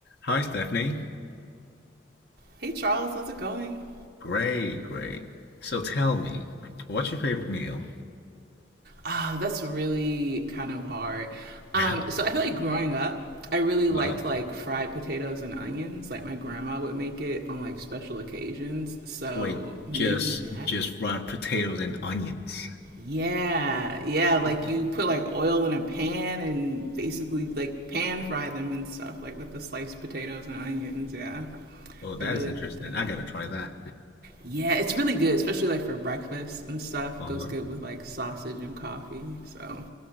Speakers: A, on the left (about 55°); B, on the right (about 55°).
A: Hi, Stephanie.
B: Hey Charles, how's it going?
A: Great, great. So tell me, what's your favorite meal?
B: Ah, that's really kind of hard. Um,
A: <laughs>
B: so I feel like growing up, I really liked
A: Uh-huh.
B: like fried potatoes and onions. Like my grandma would make it on like special occasions. So
A: Wait,
B: maybe
A: just
B: that?
A: just fried potatoes and onions.
B: Yeah, yeah, like
A: Okay.
B: you put like oil in a pan and basically like pan fry them and stuff, like with the sliced potatoes and onions. Yeah,
A: Oh, that
B: I really
A: is interesting.
B: liked that.
A: I gotta try that.
B: Yeah, it's really good, especially like for breakfast and stuff.
A: Uh-huh.
B: Goes good with like sausage and coffee. So